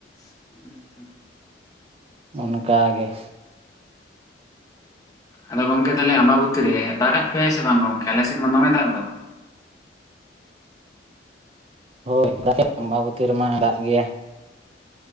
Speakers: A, on the left; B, on the right.
A: <inaudible>
B: ᱚᱱᱠᱟ ᱜᱮ ᱾
A: ᱟᱫᱚ ᱜᱚᱢᱠᱮ ᱛᱟᱦᱚᱞᱮ ᱟᱢᱵᱟᱵᱚᱛᱤ ᱨᱮ ᱫᱟᱜ-ᱟᱜ ᱯᱮᱭᱟ ᱥᱮ ᱵᱟᱝ? ᱜᱚᱝᱠᱮ ᱟᱞᱮ ᱥᱮᱫ ᱢᱟ ᱫᱚᱢᱮ ᱫᱟᱜ ᱫᱚ ᱾
B: ᱦᱚᱭ <unintelligible> ᱟᱢᱵᱟᱵᱚᱛᱤ ᱨᱮᱢᱟ ᱫᱟᱜ ᱜᱮᱭᱟ ᱾